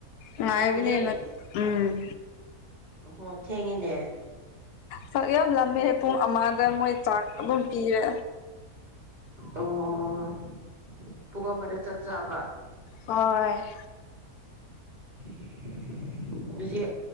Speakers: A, on the left; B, on the right.
A: ꯉꯥꯏꯕꯤꯅꯦ
B: ꯆꯥꯗ꯭ꯔꯤ
A: ꯃ ꯎꯝ
B: ꯍꯣ ꯊꯦꯡꯉꯦꯅꯦ
A: ꯆꯥꯛ ꯌꯥꯝ ꯂꯃꯦ ꯄꯨꯡ ꯑꯃꯒ ꯃꯣꯏ ꯆꯥꯛ ꯑꯗꯨꯝ ꯄꯤꯔ
B: ꯑꯣ ꯄꯨꯡ ꯑꯃꯗ ꯆꯥꯛ ꯆꯥꯕ
A: ꯍꯣꯏ
B: <unintelligible> ꯗꯨꯖꯤ